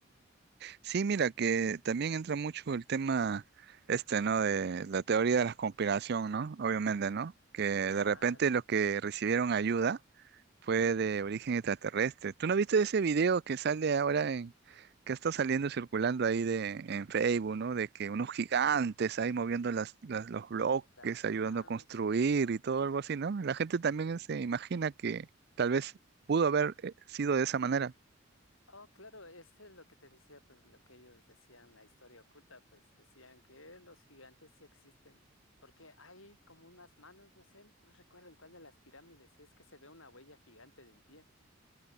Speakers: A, on the right; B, on the left.
A: Sí, mira, que también entra mucho el tema este, ¿no? De la teoría de la conspiración, ¿no? Obviamente, ¿no? Que de
B: Claro,
A: repente los que recibieron ayuda fue de origen extraterrestre. ¿Tú no viste ese video que sale ahora en, que está saliendo circulando ahí de, en Facebook, ¿no? De que unos gigantes ahí moviendo las, las- los bloques,
B: las
A: ayudando
B: manos.
A: a construir y todo algo así, ¿no? La gente también se imagina que tal vez pudo haber eh, sido de esa manera.
B: Oh, claro, es eh, lo que te decía, pues lo que ellos decían, la historia oculta, pues decían que los gigantes sí existen, porque hay como unas manos, no sé, no recuerdo en cuál de las pirámides es que se ve una huella gigante de un pie